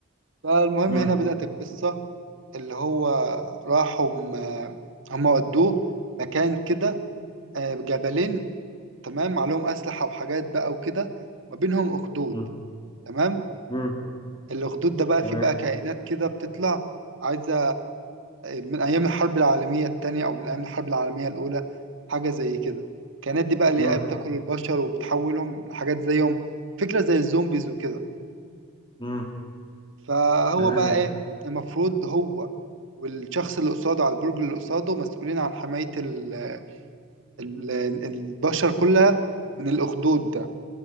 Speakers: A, on the right; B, on the left.
A: فالمهم
B: مم.
A: هنا بدأت القصة اللي هو راحوا م- هم ودوه مكان كده آه، جبلين تمام عليهم أسلحة وحاجات بقى وكده ما بينهم أخدود
B: مم.
A: تمام
B: مم.
A: الاخدود ده بقى
B: تمام
A: فيه بقى كائنات كده بتطلع عايزة من أيام الحرب العالمية التانية أو من أيام الحرب العالمية الأولى حاجة زي كده الكائنات دي بقى اللي
B: مم.
A: هي بتاكل البشر وبتحولهم لحاجات زيهم فكرة زي الزومبيز وكده
B: مم.
A: فهو
B: تمام
A: بقى
B: إيه؟
A: إيه المفروض هو والشخص اللي قصاده على البرج اللي قصاده مسؤولين عن حماية ال ال البشر كلها من الأخدود ده